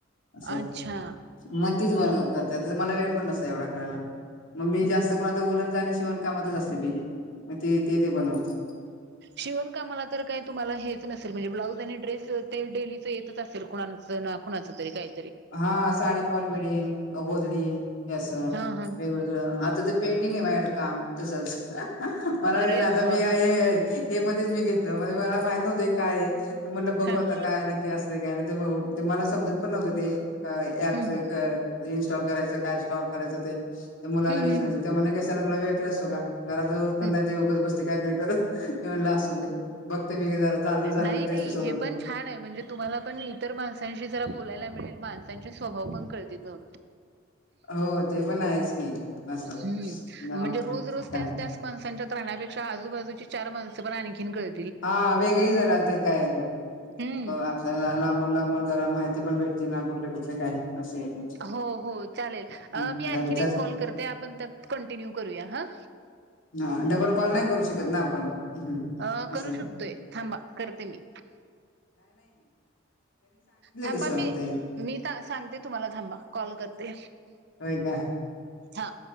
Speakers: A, on the left; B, on the right.
A: असं,
B: अच्छा
A: म तीच बनव करत्या, मला वेळ पण नसतय एवऽऽ ला, मग मी जास्त करून आता ऊलनऽऽ शीवण कामातच असतय ती, म ती ते ते बनवत्याऽऽ
B: शिवण कामाला तर काय तुम्हाला हेच नसेल म्हणजे ब्लाऊज आणि ड्रेस, ते डेलीच येतच असेल कुणाचं, ना कुणाचं तरी काही.
A: हा. साडी फॉल बिडिंग, अं गोदडी हे असं
B: हा हा
A: वेगवेगळं, आता ते पेंडिंग आहे माझ्यकडं काम, तसच अहं अहं मला वेळ
B: अरे
A: नाइ,
B: बाप
A: मी आहे हे मध्येच मी घेतलं, म्हणजे मला माहित नव्हतं हे काय, तर म्हणलं बघू
B: हा
A: आता
B: हा.
A: काय नक्की असं ते काय नाही, ते ते मला समजत पण नव्हतं ते. ऍपच
B: हम्म
A: अं इन्स्टॉल करायचं, काय स्टॉल करायचं, ते मुलाला
B: हम्म
A: विचारायचं
B: हम्म
A: तो म्हणलं कशाला तुला वे सतो का, घराला उकरलाय
B: हम्म
A: त्यो उगच बसतय, काय तरी मी मनलं असूंदे, बघते मी झालं तर झालं
B: नाही
A: ते
B: नाही
A: देते सोडून.
B: हे पण छान आहे म्हणजे तुम्हाला पण इतर माणसांशी जरा बोलायला मिळेल, माणसांचे स्वभाव पण कळतील गं.
A: हो, ते पण आहेच की. असं
B: हम्म,
A: जाऊ
B: म्हणजे
A: दे
B: रोज, रोज
A: काय.
B: त्याच त्याच माणसांच्यात करण्यापेक्षा आजूबाजूची चार माणसं पण आणखीन कळ
A: आ वेगळी जरा ते काय
B: हम्म
A: आपल्याला लांबून, लांबून. जरा माहिती पण भेटते ना कुठले, कुठले काय? असं आहे ते
B: हो, हो, चालेल.
A: हम्म
B: अं मी आणखीन एक
A: चल
B: कॉल करते, आपण त्यात कंटिन्यू करूया हं.
A: हां, डबल कॉल नाही करू शकत ना आपण हम्म.
B: अं
A: असं
B: करू शकतोय. थांबा करते मी, थां
A: अस ते.
B: मी सांगते तुम्हाला थांबा. कॉल करते.
A: होय का
B: हा.